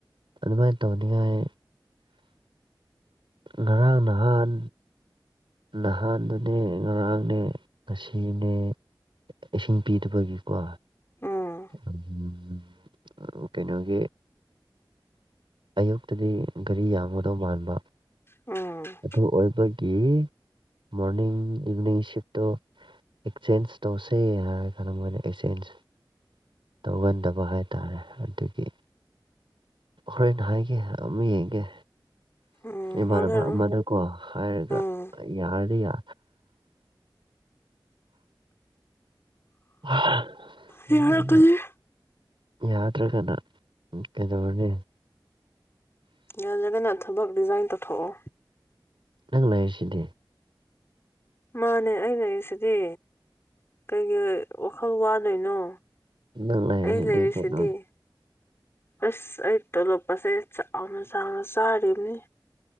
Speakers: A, on the right (about 80°); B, on the left (about 30°).
A: ꯑꯗꯨꯃꯥꯏꯅ ꯇꯧꯅꯤꯡꯉꯥꯏ ꯉꯔꯥꯡ ꯅꯍꯥꯟ ꯅꯍꯥꯟꯗꯨꯅꯦ ꯉꯔꯥꯡꯅꯦ ꯉꯁꯤꯅꯦ ꯏꯁꯤꯡ ꯄꯤꯗꯕꯒꯤꯀꯣ
B: ꯎꯝ
A: ꯎꯝ ꯀꯩꯅꯣꯒꯤ ꯑꯌꯨꯛꯇꯗꯤ ꯒꯥꯔꯤ ꯌꯥꯝꯒꯗꯧ ꯃꯥꯟꯕ
B: ꯎꯝ
A: ꯑꯗꯨ ꯑꯣꯏꯕꯒꯤ ꯃꯣꯔꯅꯤꯡ ꯏꯚꯤꯅꯤꯡ ꯁꯤꯐꯇꯣ ꯑꯦꯛꯆꯦꯟꯖ ꯇꯧꯁꯦ ꯍꯥꯏꯔ ꯈꯜꯂꯝꯕꯅꯦ ꯑꯦꯛꯆꯦꯟꯖ ꯇꯧꯒꯟꯗꯕ ꯍꯥꯏꯇꯥꯔꯦ ꯑꯗꯨꯒꯤ ꯍꯣꯔꯦꯟ ꯍꯥꯏꯒꯦ ꯍꯥꯢꯌꯣ ꯑꯃꯨꯛ ꯌꯦꯡꯒꯦ
B: ꯎꯝ
A: ꯏꯃꯥꯟꯅꯕ
B: ꯍꯣꯠꯅꯔꯣ
A: ꯑꯃꯅꯀꯣ ꯍꯥꯏꯔꯒ
B: ꯎꯝ
A: ꯌꯥꯔꯗꯤ ꯌꯥ <inaudible>
B: ꯌꯥꯔꯛ
A: ꯅꯣꯏꯅ
B: ꯀꯅꯤ
A: ꯌꯥꯗ꯭ꯔꯒꯅ ꯀꯩꯗꯧꯔꯨꯅꯤ
B: ꯅꯦꯜꯖꯗꯅ ꯊꯕꯛ ꯔꯤꯖꯥꯏꯟ ꯇꯧꯊꯣꯛꯑꯣ
A: ꯅꯪ ꯂꯩꯥꯔꯤꯁꯤꯗꯤ
B: ꯃꯥꯅꯦ ꯑꯩ ꯂꯩꯔꯤꯁꯤꯗꯤ ꯀꯩꯒꯤ ꯋꯥꯈꯜ ꯋꯥꯗꯣꯏꯅꯣ
A: ꯅꯪ ꯂꯩꯔꯗꯤ
B: ꯑꯩ ꯂꯩꯔꯤꯁꯤꯗꯤ
A: ꯀꯩꯅꯣ
B: ꯑꯁ ꯑꯩ ꯇꯣ ꯂꯣꯞꯀꯁꯦ ꯆꯥꯎꯅ ꯆꯥꯎꯅ ꯆꯥꯔꯤꯝꯅꯤ